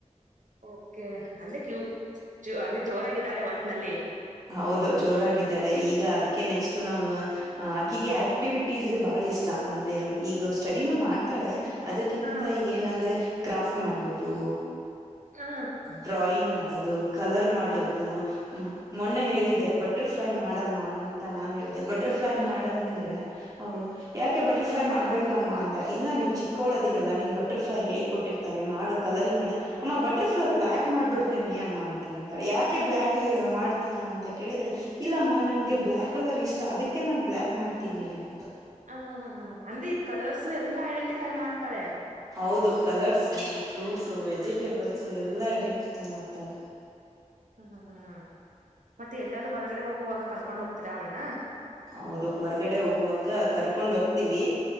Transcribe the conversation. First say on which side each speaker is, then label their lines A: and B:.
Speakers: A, on the right; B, on the right.
A: ಓಕೆ ಅಂದ್ರೆ ಕ್ಯೂ ಅಂದ್ರೆ ಜೋರಾಗಿದ್ದಾಳೆ ಒಟ್ನಲ್ಲಿ.
B: ಹೌದು ಜೋರಾಗಿದ್ದಾಳೆ ಈಗ ಅದಕ್ಕೆ ನೆಕ್ಸ್ಟ್ ನಾವು ಅ ಆಕಿಗೆ ಆಕ್ಟಿವಿಟೀಸ್ ಬಾಳ ಇಷ್ಟ ಅಂದ್ರೆ ಈಗ ಸ್ಟಡಿನೂ ಮಾಡ್ತಾಳೆ. ಅದಕಿಂತ
A: ಹ
B: ಈಗ ಏನಂದ್ರೆ ಕ್ರಾಫ್ಟ್ ಮಾಡೋದು.
A: ಹಾ
B: ಡ್ರಾಯಿಂಗ್ ಮಾಡೋದು ಕಲರ್ ಮಾಡೋದು ಹ್ಮ್ ಮೊನ್ನೆ ಹೇಳಿದೆ ಬಟರ್ ಪ್ಲೈ ಮಾಡಮ್ಮ ಅಂತ ನಾನ್ ಹೇಳಿದೆ ಬಟರ್ ಪ್ಲೈ ಮಾಡ್ ಅಂದ್ರೆ. ಅವಳು ಯಾಕೆ ಬಟರ್ ಫ್ಲೈ ಮಾಡ್ಬೇಕಮ್ಮ ಅಂತ ಇಲ್ಲ ನೀವು ಚಿಕ್ಕೋಳದಿರಲ್ಲ ನಿಂಗ್ ಬಟರ್ ಫ್ಲೈ ಹೇಳಿ ಕೊಟ್ಟಿರ್ತಾರೆ ಮಾಡು. ಕಲರಿಂಗ್ ಮಾಡ್ ಅಮ್ಮ ಬಟರ್ ಫ್ಲೈ ಬ್ಲಾಕ್ ಮಾಡ್ಬಿಡ್ತೆೇನಿ ಅಮ್ಮ ಅಂತ ಅಂತಾಳೆ ಯಾಕೆ ಬ್ಲಾಕ್ ಮಾಡ್ ತ್ತಿಯ ಅಂತ ಕೇಳಿದ್ರೆ ಇಲ್ಲಮ್ಮ ನನ್ಗೆ ಬ್ಲಾಕ್ ಕಲರ್ ಇಷ್ಟ ಅದಕ್ಕೆ ನಾನ್ ಬ್ಲಾಕ್ ಮಾಡ್ತೀನಿ ಅಂತ.
A: ಹ ಅಂದ್ರೆ ಈಗ ಕಲರ್ಸ್ ಎಲ್ಲಾ ಐಡೆಂಟಿಫೈ ಮಾಡ್ತಾಳೆ.
B: ಹೌದು ಕಲರ್ಸು, ಪ್ರೂಟ್ಸು, ವೆಜಿಟೇಬಲ್ಸು, ಎಲ್ಲಾ ಐಡೆಂಟಿಫೈ ಮಾಡ್ತಾಳೆ.
A: ಹಾ ಹಾ ಮತ್ತೆ ಎಲ್ಲಾದ್ರೂ ಹೊರಗಡೆ ಹೋಗುವಾಗ ಕರ್ಕೊಂಡ್ ಹೋಗ್ತೀರಾ ಅವಳನ.
B: ಹೌದು ಹೊರಗಡೆ ಹೋಗುವಾಗ ಕರ್ಕೊಂಡ್ ಹೋಗ್ತೀವಿ